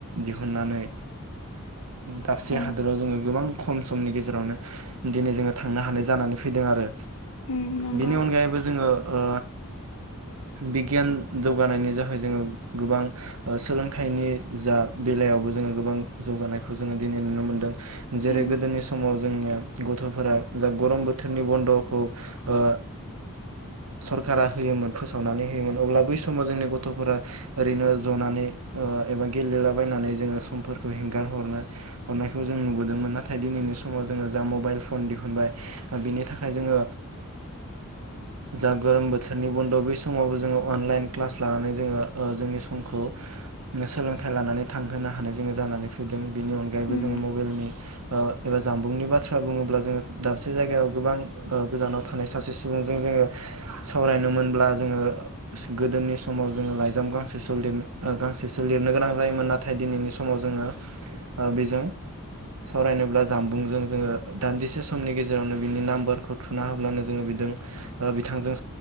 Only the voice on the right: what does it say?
दिहुननानै दाबसे
हादोराव जोंङो गोबां खम समनि गेजेरावनो दिनै जोङो थांनो हानाय जानानै फैदों आरो।
बेनि अनगायैबो जोङो ओ बिगियान जौगानायनि जाहै जोङो गोबां ओ सोलोंथाइनि जा बेलायावबो जोङो गोबां जौगानायखौ जोङो दिनै नुनो मोनदों जेरै
गोदोनि समाव जोंनिया गथफोरा जा गरम बोथोरनि बन्दखौ ओ सरखारा होयोमोन फोसावनानै होयोमोन अब्ला बै समाव जोंनि गथफोरा ओरैनो जनानै ओ एबा गेलेलाबायनानै जोङो सम हगारनो हर हरनायखौ जों नुबोदोंमोन नाथाय दिनैनि समाव जोङो जा मबाइल फन दिहुनबाय बिनि थाखाय जोङो जा गोरोम बोथोरनि बन्द बै समावबो जोङो अनलाइन क्लास लानानै जोङो जोंनि समखौ सोलोंथाइ लानानै थांहोनो हानाय जोङो जानानै फैदों। बेनि अनगायैबो
जोङो मबाइलनि ओ एबा जामबुंनि बाथ्रा बुङोब्ला जोङो दाबसे जायगायाव गोबां गोजानाव थानाय सासे सुबुंजों जोङो सावरायनो मोनब्ला जोङो गोदोनि समाव जोङो लाइजाम गांसेसो लिर आ गांसेसो लिरनो गोनां जायोमोन नाथाय दिनैनि समाव समाव जोङो बेजों सावरायनोब्ला जामबुंजों जोङो दान्दिसे समनि गेजेरावनो बिनि नाम्बारखौ थुना होब्लानो जोङो बेजों बिथांजों